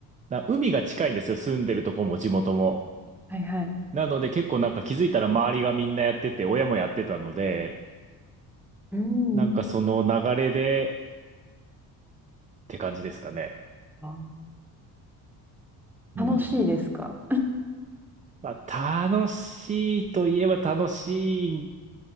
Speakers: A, on the right; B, in the centre.
A: な海が近いんですよ。住んでるとこも地元も。
B: <laughs> はいはい。
A: なので結構なんか気づいたら周りがみんなやってて、親もやってたので、
B: うん
A: なんかその流れでって感じですかね。
B: あ
A: うん。
B: ー楽しいですか
A: まあ、楽しいといえば楽しい